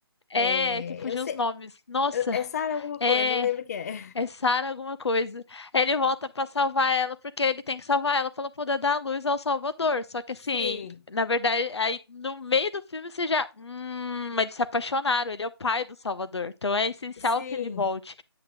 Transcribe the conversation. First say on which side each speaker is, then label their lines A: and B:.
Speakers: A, on the left; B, on the left.
A: É,
B: é,
A: que fugiu
B: Eu sei.
A: os nomes. Nossa,
B: eu- É Sarah alguma
A: é.
B: coisa, eu lembro que é.
A: É Sara alguma coisa. Ele volta pra salvar ela porque ele tem que salvar ela para poder dar luz ao Salvador. Só que
B: <laughs>
A: assim,
B: Sim,
A: na verdade, aí no meio do filme você já, hum, eles se apaixonaram, ele é o pai do Salvador. Então é essencial
B: sim.
A: que ele volte.